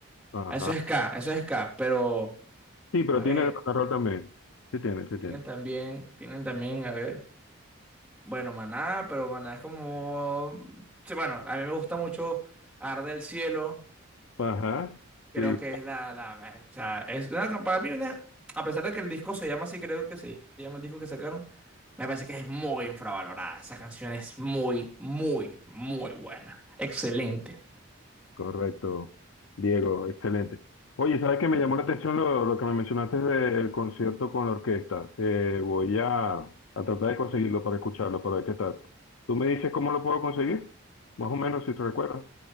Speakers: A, on the left; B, in the centre.
A: Ajá.
B: Eso es ska, eso es ska, pero
A: Sí, pero
B: a
A: tiene
B: ver,
A: de rock and roll también. Sí tiene, sí
B: tienen
A: tiene.
B: también, tienen también, a ver. Bueno, Maná, pero Maná es como... sí, bueno, a mí me gusta mucho Arde el Cielo.
A: Ajá.
B: Creo
A: Sí.
B: que es la... la- o sea, es una- para mí una... A pesar de que el disco se llama así, creo que se llama el disco que sacaron, me parece que es muy infravalorada. Esa canción es muy, muy, muy buena. Excelente.
A: Correcto, Diego, excelente. Oye, ¿sabes qué me llamó la atención lo, lo que me mencionaste del concierto con la orquesta? Eh, voy a, a tratar de conseguirlo para escucharlo, para ver qué tal. ¿Tú me dices cómo lo puedo conseguir? Más o menos, si te recuerdas.